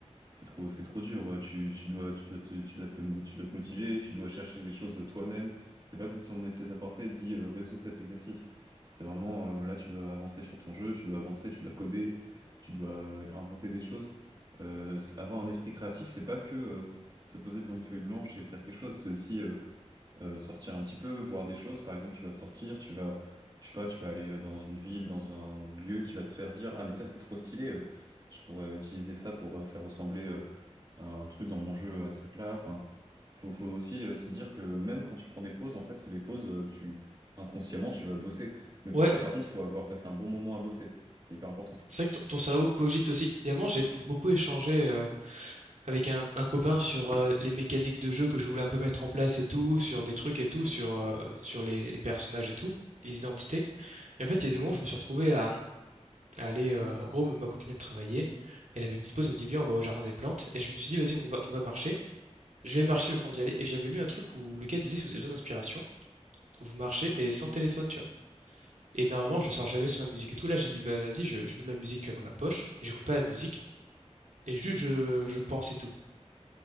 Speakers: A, on the right; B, on the right.
A: C'est trop, c'est trop dur. euh, Tu, tu dois, tu dois te, tu dois te, mo- tu dois te motiver, tu dois chercher des choses toi-même. C'est pas comme si on venait te les apporter et dit euh, résous cet exercice. C'est vraiment euh, là, tu dois avancer sur ton jeu, tu dois avancer, tu dois coder, tu dois euh, inventer des choses. Euh, s- avoir un esprit créatif, c'est pas que euh, se poser devant une feuille blanche et faire quelque chose. C'est aussi euh, euh, sortir un petit peu, voir des choses. Par exemple, tu vas sortir, tu vas, je sais pas, tu vas aller euh, dans une ville, dans un lieu qui va te faire dire, ah mais ça c'est trop stylé. euh, Je pourrais utiliser ça pour euh, faire ressembler. euh, un truc dans mon jeu à ce truc-là. Enfin, faut, faut aussi euh, se dire que même quand tu prends des pauses, en fait, c'est les pauses, euh, tu inconsciemment, tu vas bosser. Mais
B: Ouais,
A: pour ça, par contre, faut avoir passé un bon moment à bosser. C'est hyper important.
B: c'est vrai que ton ton cerveau cogite aussi. Évidemment, j'ai beaucoup échangé, euh, Avec un un copain sur, heu, les mécaniques de jeu que je voulais un peu mettre en place et tout, sur des trucs et tout, sur, heu, sur les les personnages et tout, les identités et en fait, il y a des moments où je me suis retrouvé à, mmh, à aller, heu, en gros, ma copine, elle travaillait, elle avait une petite pause, elle me dit: «Viens, on va au jardin des plantes» et je me suis dit: «Vas-y, on va on va marcher». Je vais marcher le temps d'y aller et j'avais lu un truc où le gars disait: «Si vous avez besoin d'inspiration, vous marchez mais sans téléphone», tu vois? Et normalement, je ne sors jamais sur ma musique et tout. Là, j'ai dit: «Bah, vas-y, je je mets ma musique, dans ma poche, j'écoute pas la musique et juste je je pense et tout».